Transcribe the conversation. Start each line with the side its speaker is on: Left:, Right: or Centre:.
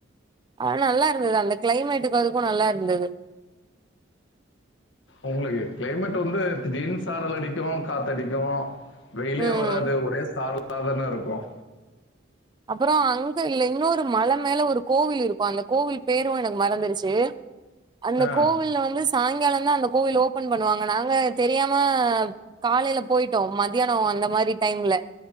Right: அ நல்லா இருந்தது அந்த கிளைமேட்டுக்கு அதுக்கு நல்லா இருந்தது
Left: உங்களுக்கு கிளைமேட் வந்து திடீர்னு சாரல் அடிக்கு காத்தடிக்கு வெயிலே
Right: ம்
Left: வராது ஒரே சாரலா தான இருக்கும்
Right: அப்புறோ அங்க இல்ல இன்னொரு மல மேல ஒரு கோவில் இருக்கும் அந்த கோவில் பேரும் எனக்கு மறந்துருச்சு அந்த
Left: ஆ.
Right: கோவில்ல வந்து சாயங்காலம் தா அந்த கோவில் ஓபன் பண்ணுவாங்க நாங்க தெரியாம காலையில போயிட்டோம் மதியானம் அந்த மாதிரி டைம்ல